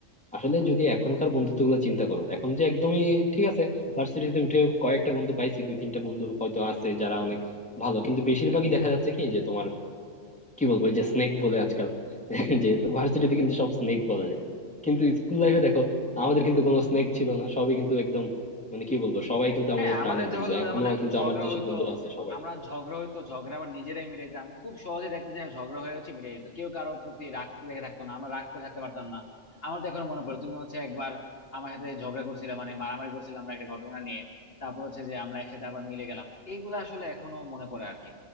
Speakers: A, in the centre; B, on the left (about 50°).
A: আসলে যদি এখনকার বন্ধুত্ব গুলো চিন্তা করো এখন যে একদমই ঠিক আছে ভার্সিটিতে উঠে কয়েকটা বন্ধু পাইছি দুই তিনটা বন্ধু হয়তো আছে যারা অনেক ভালো কিন্তু বেশিরভাগই দেখা যাচ্ছে কি যে তোমার কি বলবো এই যে স্নেক বলে আজকাল <laughs> যে তো ভার্সিটিতে কিন্তু সব স্নেক বলা যায় কিন্তু স্কুল লাইফে দেখো আমাদের কিন্তু কোনো স্নেক ছিল না সবই কিন্তু একদম মানে কি বলবো সবাই কিন্তু আমাদের
B: হ্যাঁ
A: প্রাণের
B: আমাদের যেহেতু
A: বন্ধু এখনো
B: আমাদের
A: কিন্তু
B: ঝগড়া
A: আমার যেসব
B: হইতো
A: বন্ধুরা আছে সবাই
B: আমরা ঝগড়া হইতো ঝগড়া আবার নিজেরাই মিটাইতাম খুব সহজে দেখতে যায় ঝগড়া হয়ে হচ্ছে মিটাই যেত কেউ কারোর প্রতি রাগ দেখে থাকতো না আমরা রাগ করে থাকতে পারতাম না আমার তো এখন মনে পড়ে তুমি হচ্ছে একবার আমার সাথে ঝগড়া করছিলে মানে মারামারি করছিলাম আমরা একটা ঘটনা নিয়ে তারপর হচ্ছে যে আমরা একসাথে আবার মিলে গেলাম এইগুলো আসলে এখনো মনে পড়ে আর কি